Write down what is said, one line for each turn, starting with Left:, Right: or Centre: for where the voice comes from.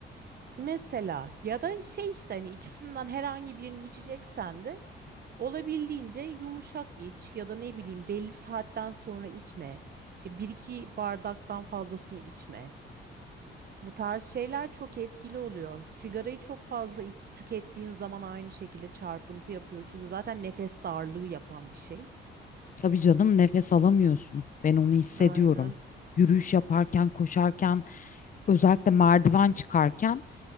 Right: Mesela ya da şey işte hani ikisinden herhangi birini içeceksen de olabildiğince yumuşak iç ya da ne bileyim belli saatten sonra içme. İşte bir iki bardaktan fazlasını içme. Bu tarz şeyler çok etkili oluyor. Sigarayı çok fazla iç, tükettiğin zaman aynı şekilde çarpıntı yapıyor. Çünkü zaten nefes darlığı yapan bir şey.
Left: Tabii canım nefes alamıyorsun. Ben onu hissediyorum.
Right: Aynen.
Left: Yürüyüş yaparken, koşarken, özellikle merdiven çıkarken